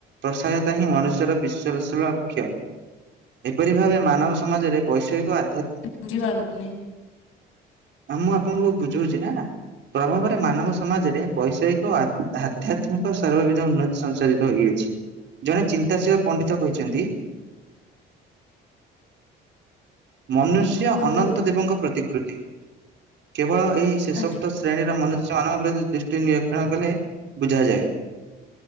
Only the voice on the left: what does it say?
ପୁଝିପାରୁନି
କୁହନ୍ତୁ
ଆଚ୍ଛା